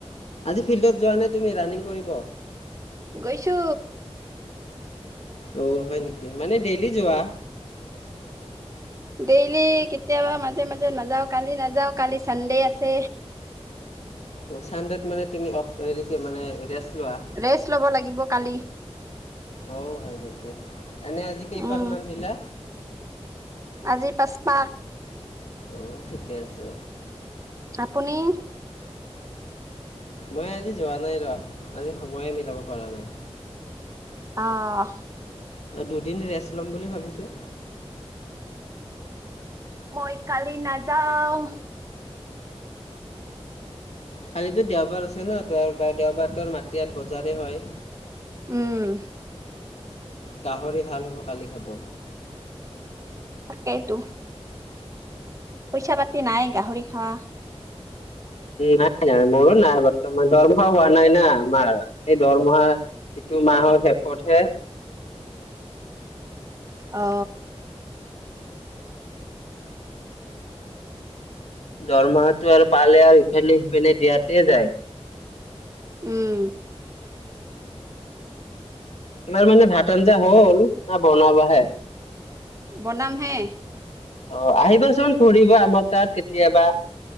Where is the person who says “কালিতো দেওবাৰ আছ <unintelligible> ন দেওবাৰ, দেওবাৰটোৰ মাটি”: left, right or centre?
Left